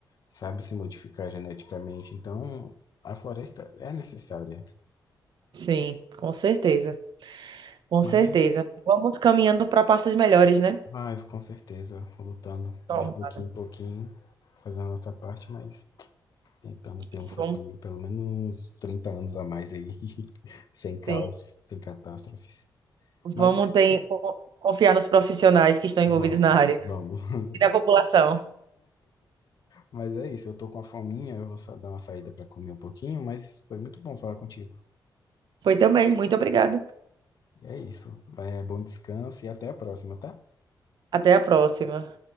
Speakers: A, on the left (about 50°); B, on the right (about 65°).
A: sabe, se modificar geneticamente. Então, a floresta é necessária.
B: Sim, com certeza. Com
A: Mas,
B: certeza. Vamos caminhando para passos melhores, né?
A: vai, com certeza, lutando
B: Tomara.
A: de pouquinho em pouquinho, fazendo a nossa parte, mas. Tentando ter
B: Isso,
A: um futuro,
B: vamos
A: pelo menos uns 30 anos a mais aí, <laughs> sem caos,
B: sim.
A: sem catástrofes.
B: Vamos
A: Mas é
B: ter,
A: isso.
B: confiar nos profissionais que estão envolvidos
A: Vamos,
B: na área
A: vamos. <laughs>
B: e na população.
A: <laughs> Mas é isso, eu tô com a fominha, eu vou sa- dar uma saída para comer um pouquinho, mas foi muito bom falar contigo.
B: Foi também, muito obrigada.
A: É isso. É, bom descanso e até a próxima, tá?
B: Até a próxima.